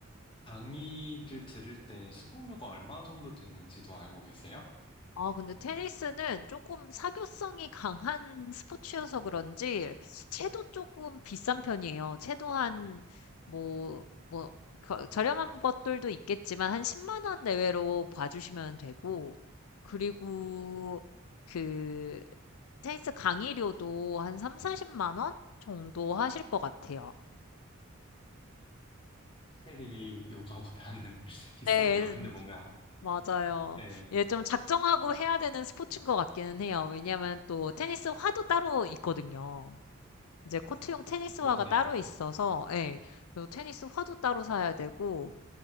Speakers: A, on the left; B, on the left.
A: 강의를 들을 때 수강료가 얼마 정도 드는지도 알고 계세요?
B: 아, 근데 테니스는 조금 사교성이 강한 스포츠여서 그런지, 채도 조금 비싼 편이에요. 채도 한, 뭐, 뭐, 거- 저렴한 것들도 있겠지만, 한 10만 원 내외로 봐주시면 되고, 그리고 그, 테니스 강의료도 한 3, 40만 원 정도 하실 것 같아요.
A: 확실히 요가보다는 <laughs> 비싸네요.
B: 네,
A: 근데 뭔가,
B: 맞아요.
A: 예,
B: 예, 좀 작정하고 해야 되는 스포츠인 것 같기는 해요. 왜냐면 또 테니스 화도 따로 있거든요. 이제 코트용 테니스화가
A: 그러네요.
B: 따로 있어서, 예. 그리고 테니스화도 따로 사야 되고,